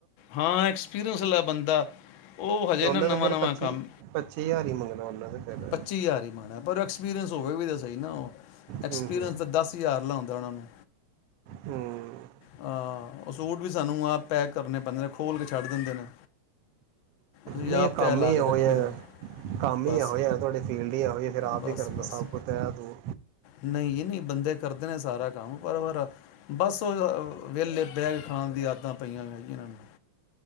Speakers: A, on the left; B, on the right.
A: ਹਾਂ ਐਕਸਪੀਰੀਅੰਸ ਲੈ ਬੰਦਾ ਉਹ
B: ਅਤੇ
A: ਹਜੇ
B: ਉਹਨਾਂ
A: ਨਾ ਨਵਾਂ
B: ਦੇ ਫਿਰ
A: ਨਵਾਂ
B: ਪੱਚੀ
A: ਕੰਮ
B: ਪੱਚੀ ਹਜ਼ਾਰ ਹੀ ਮੰਗਣਾ ਉਹਨਾਂ ਦੇ ਫਿਰ
A: ਪੱਚੀ ਹਜ਼ਾਰ ਹੀ ਮੰਗਦਾ। ਐਕਸਪੀਰੀਅੰਸ ਹੋਵੇ ਵੀ ਦੱਸ। ਐਨਾ ਉਹ ਐਕਸਪੀਰੀਅੰਸ
B: ਹੂੰ ਹੂੰ
A: ਤਾਂ ਦਸ ਹਜ਼ਾਰ ਲਾਉਂਦਾ ਉਹਨਾਂ ਨੂੰ।
B: ਹੂੰ
A: ਆਹ। ਉਹ ਸੂਟ ਵੀ ਸਾਨੂੰ ਆਪ ਪੈਕ ਕਰਨੇ। ਬੰਦੇ ਤੇ ਖੋਲ ਕੇ ਛੱਡ ਦਿੰਦੇ ਨੇ। ਅਸੀਂ
B: ਨਹੀਂ
A: ਆਪ
B: ਕੰਮ
A: ਤੈਅ ਲਾ
B: ਹੀ
A: ਕੇ
B: ਇਹੋ
A: ਰੱਖੀ
B: ਜਿਹਾ
A: ਦੇ ਨੇ
B: ਕੰਮ
A: ਬਸ
B: ਹੀ ਇਹੋ ਤੁਹਾਡੀ ਫੀਲਡ ਇਹੋ ਜਿਹੀ ਫਿਰ ਆਪ
A: ਬਸ
B: ਹੀ ਕਰਨ ਦਾ
A: ਬਸ
B: ਸਭ ਕੁਝ ਹੈ ਤੂੰ
A: ਨਹੀਂ ਜੀ ਨਹੀਂ ਬੰਦੇ ਕਰਦੇ ਨੇ ਸਾਰਾ ਕੰਮ ਪਰ ਫੇਰ ਬਸ ਉਹ ਵਿਹਲੇ ਬੈ ਕੇ ਖਾਣ ਦੀ ਆਦਤਾਂ ਪਈਆਂ ਹੈ ਜ ਇਹਨਾਂ ਨੂੰ